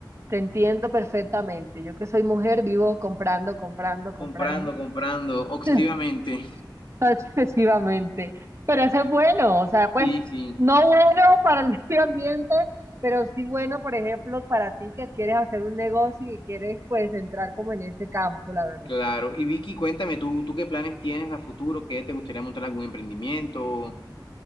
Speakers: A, on the right; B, on the left.
A: te entiendo perfectamente. Yo que soy mujer, vivo comprando, comprando, comprando.
B: comprando, comprando, obsesivamente.
A: <laughs> <laughs> Excesivamente. Pero eso es bueno, o sea, pues
B: Sí, sí,
A: no bueno para el <laughs> medio ambiente, pero sí bueno, por ejemplo, para ti que quieres hacer un negocio y quieres pues entrar como en ese campo, la verdad.
B: claro. Y Vicky, cuéntame, ¿tú, tú qué planes tienes a futuro? ¿Qué te gustaría montar algún emprendimiento?